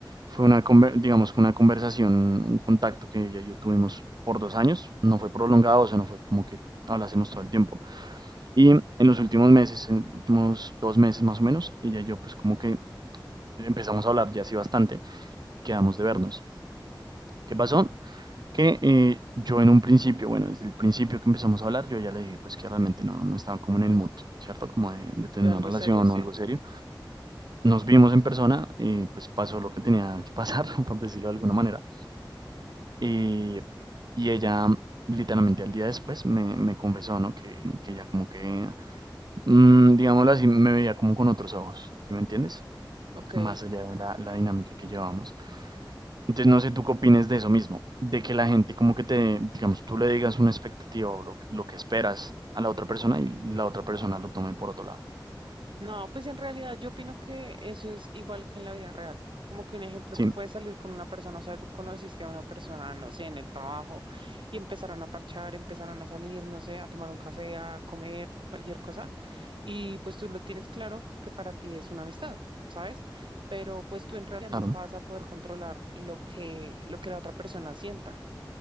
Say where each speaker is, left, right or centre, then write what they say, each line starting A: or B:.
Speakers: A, on the right; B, on the right.
A: fue una, conver- digamos, que una conversación, un contacto que ella y yo tuvimos por dos años. No fue prolongado, o sea, no fue como que hablásemos todo el tiempo Y en los últimos meses, en los últimos dos meses más o menos, ella y yo pues como que empezamos a hablar ya así bastante y quedamos de vernos. ¿Qué pasó? Que eh, yo en un principio, bueno, desde el principio que empezamos a hablar, yo ya le dije pues que realmente no, no estaba como en el mood, ¿cierto? Como de, de tener
B: De algo
A: una relación
B: serio, sí.
A: o algo serio. Nos vimos en persona y pues pasó lo que tenía que pasar, <laughs> por decirlo de alguna manera. Y, y ella literalmente al día después me, me confesó, ¿no? Que, que ella como que mm, digámoslo así, me veía como con otros ojos, ¿sí me entiendes?
B: Ok.
A: Más allá de la, la dinámica que llevábamos. Entonces, no sé tú qué opines de eso mismo, de que la gente como que te, digamos, tú le digas una expectativa o lo, lo que esperas a la otra persona y la otra persona lo tome por otro lado.
B: No, pues en realidad yo opino que eso es igual que en la vida real. Como que un ejemplo,
A: Sí,
B: tú puedes salir con una persona, o sea, tú conociste a una persona, no sé, en el trabajo y empezaron a parchar, empezaron a salir, no sé, a tomar un café, a comer, cualquier cosa. Y pues tú lo tienes claro que para ti es una amistad, ¿sabes? Pero pues tú en realidad
A: claro,
B: nunca vas a poder controlar lo que, lo que la otra persona sienta.